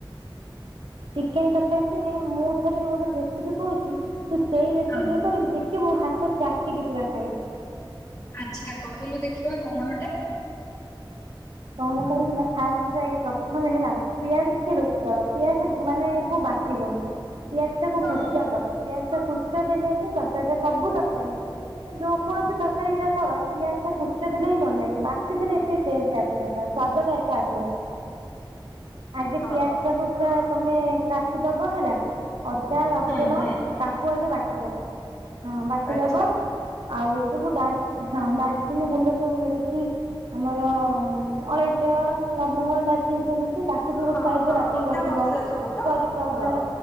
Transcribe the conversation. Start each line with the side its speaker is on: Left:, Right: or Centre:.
Right: ଚିକେନ ତରକାରୀ ଥିଲେ ମୁଁ ଥରେ ଗୋଟେ ରେସିପି କହୁଛି ତୁ ସେଇ ରେସିପିରେ
Left: ହଁ
Right: କରିବି ଦେଖିବୁ ହାତ ଚାଟିକି ପୁରା ଖାଇବୁ।
Left: ଆଚ୍ଛା କହିଲୁ ଦେଖିବା କଣଟା?
Right: କଣ କରିବୁ ନା ଫାଷ୍ଟ ଆ ପ୍ରଥମେ ହେଲା ପିଆଜ ଟିକେ ବେଶି ଦବା ପିଆଜ ମାନେ ବା କଟିବନି ପିଆଜ ଟାକୁ
Left: ହଁ
Right: କୁଚ ଦବ ପିଆଜ ଟା କୁଚ ଦେଲେ ହିଁ ତରକାରୀ ଟା ସବୁ ତରକାରୀ। ଯ ଯେଉ କୌଣସି ତରକାର ଏଇଟା କର ପିଆଜ ଟା କୁଚ ଦେଲେ ହିଁ ଭଲ ଲାଗେ ବାକି ଦିନ ଏତେ ଟେଷ୍ଟ ଆସ। <inaudible> ସ୍ବାଦଟା ଏତେ ଆସେନା। ଆଗେ
Left: ହଁ
Right: ପିଆଜ ଟାକୁ ପୁରା ତମେ କାଟିଦବ ହେଲା। ଅଦା ରସୁଣ
Left: ହୁଁ ହୁଁ
Right: ତାକୁ ଆଗେ ବାଟିଦବ ହଁ ବାଟିଦବ।
Left: ଆଚ୍ଛା
Right: ଆଉ ସବୁ ଡାଲଁ ଡାଲଚିନି ଗୁଣ୍ଡ ସବୁ ମିଳୁଛି ଆମର ହଁ ଅଳେଇଚ ଲବଙ୍ଗ ଡାଳ ଚିନି ଜିନିଷ ମିଳୁଚି ତାକୁ କି ଗୋଟେ
Left: ହଁ
Right: ସାଇଡରେ
Left: ହଁ
Right: ବାଟିକି
Left: ଗୋଟା
Right: ରଖିବ
Left: ମସଲା ସବୁ ତ?
Right: କରି ପାଉଡର
Left: ହଁ